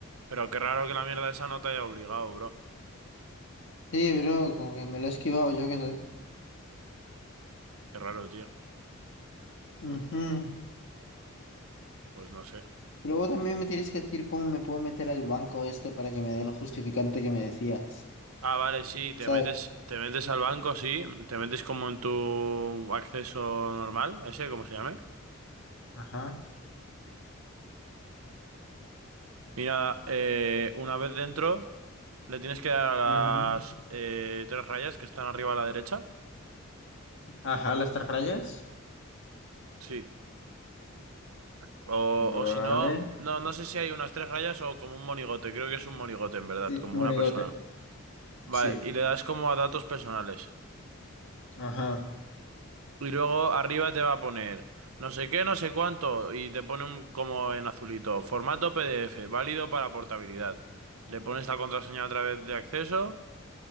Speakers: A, on the right (about 80°); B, on the left (about 60°).
A: Pero qué raro que la mierda esa no te haya obligado, bro.
B: sí, bro, como que me lo he esquivado, yo qué sé.
A: Qué raro, tío.
B: Ujú.
A: Pues no sé.
B: Y luego también me tienes que decir cómo me puedo meter al banco este para que me dé el justificante que me decías,
A: Ah, vale, sí,
B: ¿sabes?
A: te metes, te metes al banco, sí, te metes como en tu acceso normal, ese, ¿cómo se llame?
B: Ajá.
A: Y nada, eh, una vez dentro, le tienes que dar a
B: ujú.
A: las eh, tres rayas que están arriba a la derecha,
B: Ajá, las tres rayas.
A: sí. O,
B: Vale.
A: o si no, no, no sé si hay unas tres rayas o como un monigote, creo que es un monigote en verdad,
B: Sí,
A: como
B: monigote.
A: una persona. Vale,
B: Sí.
A: y le das como a datos personales.
B: Ajá.
A: Y luego arriba te va a poner no sé qué, no sé cuánto, y te pone un, como en azulito, formato PDF, válido para portabilidad. Le pones la contraseña otra vez de acceso